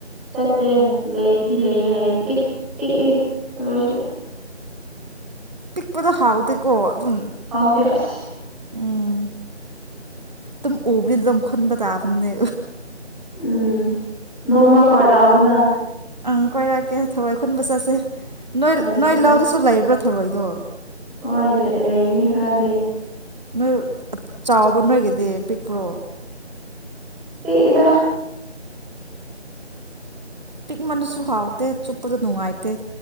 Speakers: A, in the centre; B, on the right.
A: ꯆꯠꯇꯦ ꯂꯩꯕꯨꯗꯤ ꯂꯩꯌꯦ ꯍꯥꯏꯌꯦ ꯄꯤꯛ ꯄꯤꯛꯏ꯫ ꯊꯔꫭꯏꯁꯨ
B: ꯄꯤꯛꯄꯗꯣ ꯍꯥꯎꯇꯦꯀꯣ꯫ ꯑꯗꯨꯝ
A: ꯍꯥꯎꯇꯦ ꯑꯁ꯫
B: ꯎꯝ ꯇꯨꯝ ꯎꯕꯅꯤꯅ ꯑꯗꯨꯝ ꯈꯨꯟꯕ ꯇꯥꯕꯅꯦ꯫
A: ꯎꯝ ꯅꯣꯡꯃ ꯀꯣꯏꯔꯛꯑꯣꯗꯅ꯫
B: ꯑꯪ ꯀꯣꯏꯔꯛꯀꯦ ꯊꯔꯣꯏ ꯈꯨꯟꯕ ꯆꯠꯁꯦ꯫ ꯅꯣꯏ
A: ꯍꯣꯏ ꯆꯠꯁꯦ
B: ꯅꯣꯏ ꯂꯧꯗꯁꯨ ꯂꯩꯕ꯭ꯔꯣ꯫ ꯊꯔꯣꯏꯗꯣ
A: ꯍꯣꯏ ꯂꯩ ꯂꯩꯒꯅꯤ ꯈꯔꯗꯤ꯫
B: ꯅꯣꯏ ꯆꯥꯎꯕ꯭ꯔꯣ ꯅꯣꯏꯒꯤꯗꯤ ꯄꯤꯛꯄ꯭ꯔꯣ꯫
A: ꯄꯤꯛꯏꯗ꯫
B: ꯄꯤꯛꯃꯟꯅꯁꯨ ꯍꯥꯎꯇꯦ ꯆꯨꯞꯄꯗꯨ ꯅꯨꯡꯉꯥꯢ ꯇꯦ